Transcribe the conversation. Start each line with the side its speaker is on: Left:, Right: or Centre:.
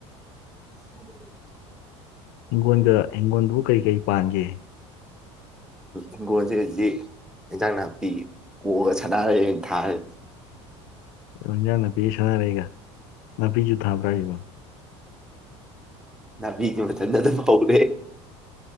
Centre: ꯎꯝ
Left: ꯍꯤꯡꯒꯣꯜꯗ ꯍꯤꯡꯒꯣꯜꯗꯨꯕꯨ ꯀꯔꯤ ꯀꯩ ꯄꯥꯟꯒꯦ
Centre: ꯍꯤꯡꯒꯣꯜꯁ ꯍꯧꯖꯤꯗꯤ ꯏꯟꯖꯥꯡ ꯅꯥꯄꯤ ꯀꯣꯛꯑꯒ ꯁꯥꯗꯥꯔꯦ ꯊꯥꯔ
Left: ꯏꯟꯖꯥꯡ ꯅꯥꯄꯤꯒ ꯁꯥꯟꯅꯥꯔꯛꯏꯒ ꯅꯥꯄꯤꯁꯨ ꯊꯥꯕ꯭ꯔꯥ ꯏꯕꯣ
Centre: ꯃꯤꯒꯤ ꯃ ꯃꯇꯝ ꯅ ꯑꯗꯨꯝ ꯄꯥꯎꯔꯦ